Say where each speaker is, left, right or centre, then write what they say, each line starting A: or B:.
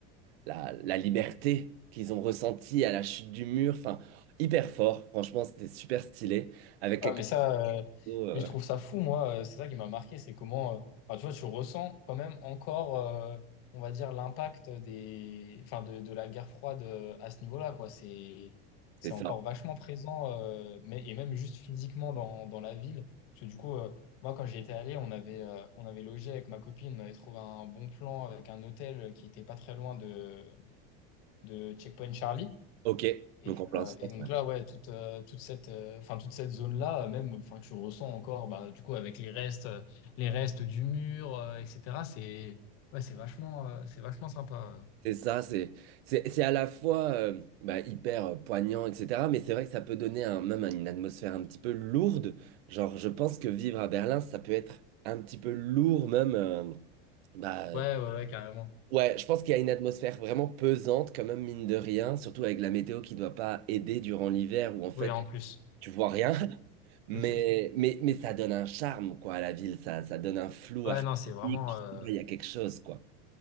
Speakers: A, on the right; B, on the left.
A: la, la liberté qu'ils ont ressentie à la chute du mur. Enfin, hyper fort. Franchement, c'était super stylé. Avec quelques
B: Ouais, mais ça, euh,
A: photos, euh,
B: mais je trouve ça fou, moi. euh, c'est ça qui m'a marqué, c'est comment, euh, enfin, tu vois, tu ressens quand même encore, euh, on va dire, l'impact des, enfin, de, de la guerre froide euh, à ce niveau-là, quoi. C'est, c'est
A: c'est ça.
B: encore vachement présent, euh, mais, et même juste physiquement dans, dans la ville. Parce que du coup, euh, moi, quand j'y étais allé, on avait, euh, on avait logé avec ma copine, on avait trouvé un bon plan avec un hôtel qui était pas très loin de, de Checkpoint Charlie.
A: Ok.
B: Et,
A: Donc en plein
B: euh,
A: centre.
B: et donc
A: ouais.
B: là, ouais, toute, euh, toute cette, euh, enfin, toute cette zone-là, euh, même, enfin, que je ressens encore, bah, du coup, avec les restes, euh, les restes du mur, euh, etc., c'est, ouais, c'est vachement, euh, c'est vachement sympa. euh.
A: C'est ça, c'est c'est c'est à la fois euh, bah, hyper euh, poignant, etc. Mais c'est vrai que ça peut donner un, même une atmosphère un petit peu lourde. Genre, je pense que vivre à Berlin, ça peut être un petit peu lourd même. euh, bah, euh,
B: Ouais, ouais, ouais, carrément.
A: ouais, je pense qu'il y a une atmosphère vraiment pesante, quand même, mine de rien, surtout avec la météo qui doit pas aider durant l'hiver, où en fait,
B: Ouais, en plus.
A: tu vois rien, mais,
B: <laughs>
A: mais, mais ça donne un charme, quoi, à la ville, ça, ça donne un flou
B: Ouais,
A: artistique,
B: non, c'est vraiment,
A: je sais
B: euh,
A: pas, il y a quelque chose, quoi.